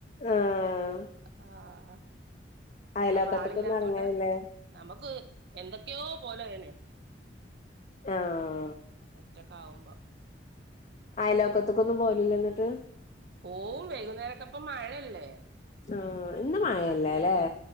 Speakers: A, on the left; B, on the right.
A: ആഹ്.
B: ആഹ്
A: അയലോക്കത്തക്കൊന്നും
B: അപ്പൊ ആളില്ലാത്തൊണ്ട്.
A: ഇറങ്ങാനില്ലേ
B: നമുക്ക് എന്തൊക്കെയോ പോലെയാണ്.
A: ആഹ്.
B: ഒറ്റക്ക് ആവുമ്പോ.
A: അയലോക്കത്ത്ക്കൊന്നും പോലില്ലെ എന്നിട്ട്.
B: പോവും വൈകുന്നേരൊക്കെപ്പ മഴയല്ലേ
A: ആ ഇന്ന് മഴയല്ലേ
B: നല്ല.
A: ല്ലേ